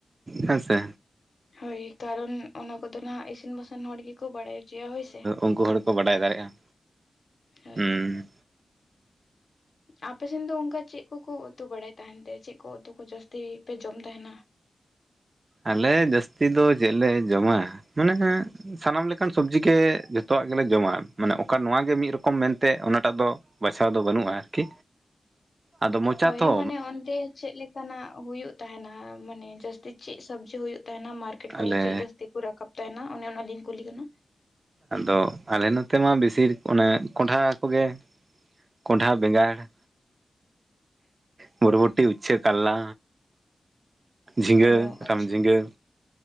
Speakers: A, on the right (about 35°); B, on the left (about 55°).
A: ᱦᱮᱸᱥᱮ᱾
B: ᱦᱳᱭ ᱠᱟᱨᱚᱱ ᱚᱱᱟ ᱠᱚᱼᱫᱚ ᱦᱟᱸᱜ ᱤᱥᱤᱱ ᱵᱟᱥᱟᱱ ᱦᱚᱲ ᱜᱮᱠᱚ ᱵᱟᱲᱼᱟᱭ ᱦᱚᱪᱚᱭᱟ ᱦᱳᱭ ᱥᱮ᱾
A: ᱩᱱᱠᱩ ᱦᱚᱲ ᱜᱮ ᱠᱚ ᱵᱟᱰᱟᱭ ᱫᱟᱲᱭᱟᱜᱼᱟ
B: ᱦᱳᱭ
A: ᱦᱩᱸ᱾
B: ᱟᱯᱮ ᱥᱮᱫ ᱫᱚ ᱚᱱᱠᱟ ᱪᱮᱫ ᱠᱚᱼᱠᱚ ᱩᱛᱩ ᱵᱟᱲᱟᱭ ᱛᱟᱦᱮᱱ ᱛᱮ ᱪᱮᱫ ᱠᱚ ᱩᱛᱩ ᱠᱚ ᱡᱟᱹᱥᱛᱤ ᱯᱮ ᱡᱚᱢ ᱛᱟᱦᱮᱱᱟ?
A: ᱟᱞᱮ ᱡᱟᱹᱥᱛᱤ ᱫᱚ ᱪᱮᱫ ᱞᱮ ᱡᱚᱢᱟ ᱢᱮᱱᱟᱜ ᱥᱟᱱᱟᱢ ᱞᱮᱠᱟᱱ ᱥᱚᱵᱡᱤ ᱜᱮ ᱡᱷᱚᱛᱚᱣᱟᱼᱜ ᱜᱮᱞᱮ ᱡᱚᱢᱟ᱾ ᱢᱟᱱᱮ ᱚᱠᱟ ᱱᱚᱣᱟ ᱜᱮ ᱢᱤᱫ ᱨᱚᱠᱚᱢ ᱢᱮᱱᱛᱮ ᱚᱱᱟᱴᱟᱜ ᱫᱚ ᱵᱟᱪᱷᱟᱣ ᱫᱚ ᱵᱟᱹᱱᱩᱜᱼᱟ, ᱟᱨᱠᱤ᱾ ᱟᱫᱚ ᱢᱚᱪᱟ
B: ᱦᱳᱭ
A: ᱛᱚ
B: ᱢᱟᱱᱮ ᱚᱱᱰᱮ ᱪᱮᱫ ᱱᱟᱜ ᱦᱩᱭᱩᱜ ᱛᱟᱦᱮᱱᱟ᱾ ᱢᱟᱱᱮ ᱡᱟᱹᱥᱛᱤ ᱪᱮᱫ ᱥᱚᱵᱡᱤ ᱦᱩᱭᱩᱜ ᱛᱟᱦᱮᱱᱟ ᱢᱟᱨᱠᱮᱴ ᱠᱚᱨᱮ
A: ᱟᱞᱮ
B: ᱪᱮᱫ ᱡᱟᱹᱥᱛᱤ, ᱨᱟᱠᱟᱵ ᱛᱟᱦᱮᱱᱟ ᱚᱱᱮ ᱚᱱᱟ ᱞᱤᱞ ᱠᱩᱞᱤ ᱠᱟᱱᱟ᱾
A: ᱟᱫᱚ ᱟᱞᱮ ᱱᱚᱛᱮ ᱢᱟ ᱵᱮᱥᱤᱨ ᱚᱱᱮ ᱠᱚᱸᱱᱰᱷᱟ ᱠᱚᱜᱮ, ᱠᱚᱸᱱᱰᱷᱟ ᱵᱮᱸᱜᱟᱲ ᱵᱩᱨᱵᱩᱴᱤ, ᱩᱪᱪᱷᱟᱹ, ᱠᱟᱞᱞᱟ, ᱡᱷᱤᱸᱜᱟᱹ,
B: ᱚ ᱟᱪᱪᱷᱟ
A: ᱨᱟᱢ ᱡᱷᱤᱸᱜᱟᱹ,